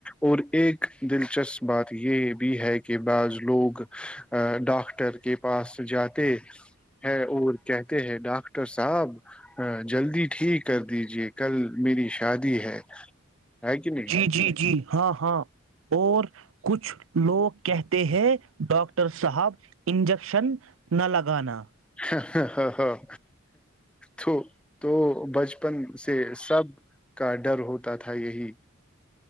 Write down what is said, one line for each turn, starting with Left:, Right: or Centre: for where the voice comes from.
Centre: اور ایک دلچسپ بات یہ بھی ہے کہ بعض لوگ ڈاکٹر کے پاس جاتے ہے اور کہتے ہیں ڈاکٹر صاحب جلدی ٹھیک کر دیجے کل میری شادی ہے ہے کہ نہیں
Right: جی جی جی ہاں ہاں اور کچھ لوگ کہتے ہیں ڈاکٹر صاحب انجیکشن نہ لگانا
Centre: ہ ہاں تو تو بچپن سے سب کا ڈر ہوتا تھا یہی